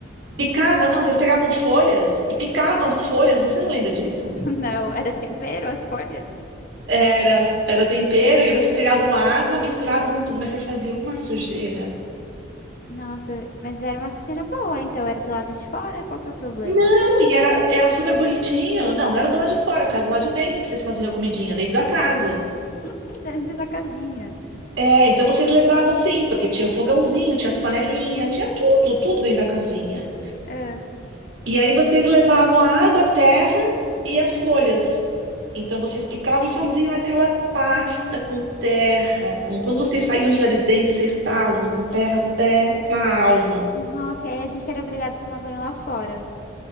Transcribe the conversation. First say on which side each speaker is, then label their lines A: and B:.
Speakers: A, on the right; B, on the left.
A: picava, não, vocês pegavam folhas e picavam as folhas, você não lembra disso?
B: <laughs> Não, era tempero, as folhas?
A: Era, era tempero, e vocês pegavam água, misturavam tudo, mas vocês faziam uma sujeira.
B: Nossa, mas era uma sujeira boa, então era do lado de fora? Qual que é o problema?
A: Não, e era, era super bonitinho. Não, não era do lado de fora, porque era do lado de dentro que vocês faziam a comidinha, dentro da casa.
B: <laughs> Dentro da casinha.
A: É, então vocês levavam sim, porque tinha o fogãozinho, tinha as panelinhas, tinha tudo, tudo dentro da casinha.
B: Ah,
A: E aí vocês levavam a água, a terra e as folhas. Então vocês picavam e faziam aquela pasta com terra, com quando vocês saíam de lá de dentro, vocês estavam com terra até na alma.
B: Nossa, e aí a gente era obrigado a tomar banho lá fora.